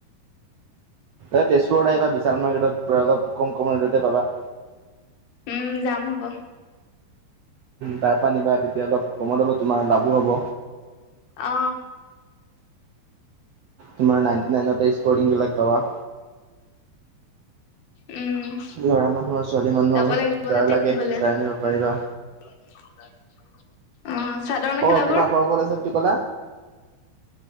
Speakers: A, on the right; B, on the left.
A: এ তেজপুৰত আহিবা বিশাল মাৰ্কেটত পুৰা অলপ কম কম ৰেটতে পাবা।
B: উম যাম হ'ব।
A: তাৰ পা নিবা তেতিয়া অলপ কমত হব তোমাৰ লাভো হ'ব
B: অ।
A: তোমাৰ নাইণ্টি নাইনতে স্পৰ্টিং বিলাক পাবা
B: উম।
A: ল'ৰা মানুহৰ ছোৱালী মানুহৰ
B: যাব লাগিব
A: যাৰ
B: তাতে
A: লাগে
B: আনিবলে।
A: তাইৰ নিব পাৰিবা
B: অ চাদৰ মেখেলাবোৰ?
A: অ তোমাৰ ঘৰ ক'ত আছে বুলি ক'লা?